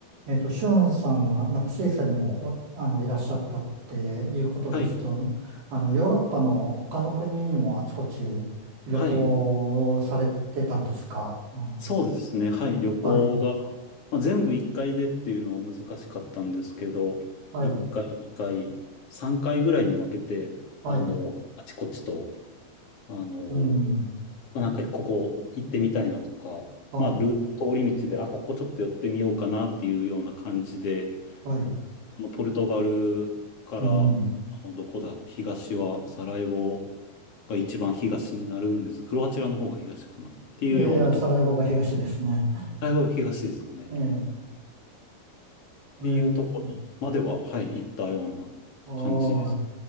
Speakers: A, on the right (about 90°); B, on the left (about 40°).
A: えっと、シュンさんは、なんかスイスにも、おあの、いらっしゃったっていうことですと、
B: はい。
A: あの、ヨーロッパの他の国にもあちこち旅行をされてたんですかあの、
B: はい。そうですね。はい。旅行が、
A: はい、
B: まあ、全部1回でっていうのは難しかったんですけど、
A: はい、
B: 1回、2回、3回ぐらいに分けて、
A: はい、
B: あの、あちこちと、あの、
A: うん、
B: まあ、なんかここ行ってみたいなとか、
A: はい、
B: まあ、ルート、通り道で、あ、ここちょっと寄ってみようかなっていうような感じで、
A: はい、
B: あのポルトガルから、
A: うん。
B: あのどこだ、東はサラエボが一番東になるんです。クロアチアの方が東かなっていうようなと
A: いやいや、サラエボが東ですね。
B: 大学東ですかね。っ
A: <laughs> ええ、
B: ていうところまでは、
A: ええ、ええ
B: はい、行ったような感じです。
A: は